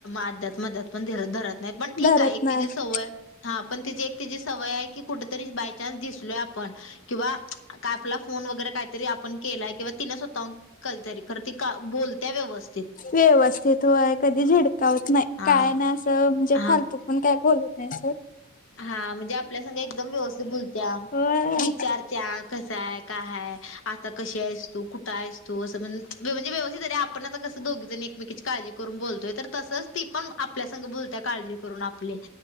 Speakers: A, on the left (about 65°); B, on the left (about 40°).
A: अध्यात मध्यात पण धरत नाही पण ठीक
B: धरत
A: आहे एक
B: नाही
A: सवय हा पण ति एक तिची सवय आहे की कुठतरी बाय चान्स दिसलोय आपण काय पण किंवा आपला फोन वगैरे काय ते तरी आपण केलाय किंवा तिने स्वतः कहीतरी खरं ती बोलत्या व्यवस्थि
B: व्यवस्थित होय कधी झिडकावत नाही
A: हा
B: काय नाही असं म्हणजे
A: हा
B: फालतू पण काय बोलत नाही सर
A: हा म्हणजे आपल्यासंग एकदम व्यवस्थित बोलत्या
B: होय
A: विचार त्या कसय कायय आता कशी असतो कुठं आहेस तू असं म्हण म्हणजे व्यवस्थित जरी आप आपण आता कसं दोघी जण एकमेकीची काळजी करून बोलतोय तर तसंच ती पण आपल्यासग बोलत्या काळजी करून करून आपले